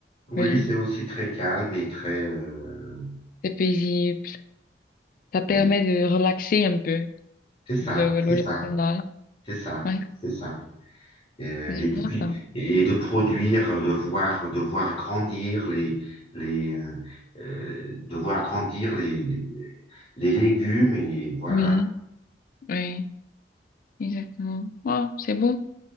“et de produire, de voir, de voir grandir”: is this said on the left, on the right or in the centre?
Left